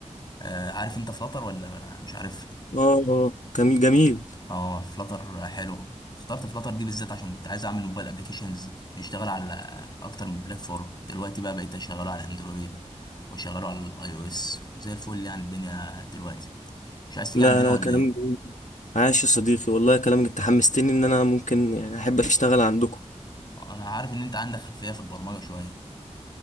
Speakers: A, on the left; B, on the left.
A: آه عارف انت فلاتر ولا مش عارف
B: اه آه، كان جميل
A: اه فلاتر حلو اخترت فلاتر دي بالذات عشان كنت عايز اعمل موبايل ابليكيشنز يشتغل على اكتر من بلاتفورم دلوقتي بقى بقيت اشغله على اندرويد واشغله على الاي او اس وزي الفل يعني الدنيا دلوقتي مش عايز تيجي
B: لا
A: عندنا
B: لا
A: ولا
B: كلام
A: ايه
B: جميل عاش يا صديقي والله كلامك انت حمستني ان انا ممكن يعني احب اشتغل عندكم
A: انا عارف ان انت عندك خلفية في البرمجة شوية